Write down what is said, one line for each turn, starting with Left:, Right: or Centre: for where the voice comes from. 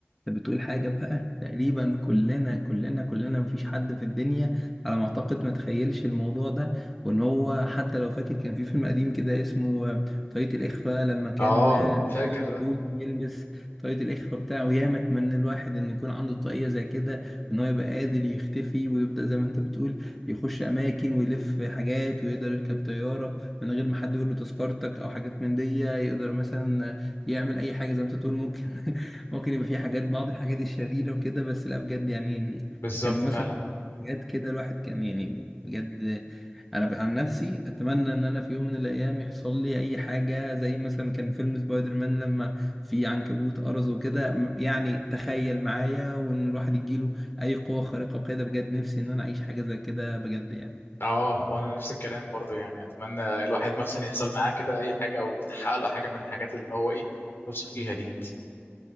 Centre: انت بتقول حاجة بقى تقريبا كلنا كلنا كلنا مفيش حد في الدنيا على ما اعتقد ما تخيلش الموضوع ده وان هو حتى لو فاكر كان في فيلم قديم كده اسمه آه، طريقة الإخفاء لما كان
Left: اه
Centre: آه،
Left: فاكر
Centre: مبول
Left: ده
Centre: يلبس طاقية الإخفاء بتاعه ياما اتمنى الواحد إن يكون عنده طاقية زي كده إن هو يبقى قادر يختفي ويبدأ زي ما أنت بتقول يخش أماكن ويلف حاجات ويقدر يركب طيارة من غير ما حد يقول له تذكرتك أو حاجات من دي يقدر مثلا يعمل أي حاجة زي ما أنت تقول ممكن <laughs> ممكن يبقى في حاجات بعض الحاجات الشريرة وكده بس لا بجد يعني
Left: بالظبط
Centre: كان مثلا
Left: فعلا
Centre: حاجات كده الواحد كان يعني بجد انا ب- عن نفسي اتمنى ان انا في يوم من الايام يحصل لي اي حاجة زي مثلا كان فيلم سبايدر مان لما في عنكبوت قرص وكده م- يعني تخيل معايا وان الواحد يجيله اي قوة خارقة وكده بجد نفسي ان انا اعيش حاجة زي كده بجد يعني
Left: اه وانا نفس الكلام برضه يعني اتمنى الواحد مثلا يحصل معاه كده اي حاجة او يتحقق له حاجة من الحاجات اللي هو ايه نفسه فيها ديت